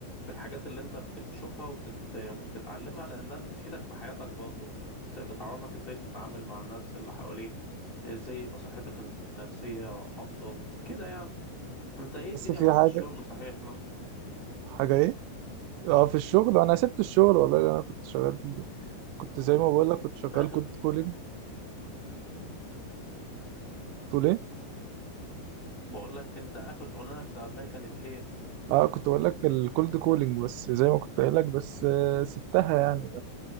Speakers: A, on the left; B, on the right.
A: بالحاجات اللي انت بتشوفها وبتت... وبتتعلمها لانها بتفيدك في حياتك برضه بت... بتعرفك ازاي تتعامل مع الناس اللي حواليك ازاي يبقى صحتك النفسية افضل كده يعني انت ايه الدنيا
B: بس في
A: معاك
B: حاجة
A: في الشغل صحيح ما
B: حاجة ايه؟ اه في الشغل انا سبت الشغل والله اللي انا كنت شغال فيه ده كنت زي ما بقول لك كنت شغال
A: انت اخر
B: كولد كولينج تقول ايه؟
A: بقول لك انت اخر شغلانة اشتغلتها كانت ايه
B: اه كنت بقول لك الكولد كولينج بس زي ما كنت قايل لك بس آه سبتها يعني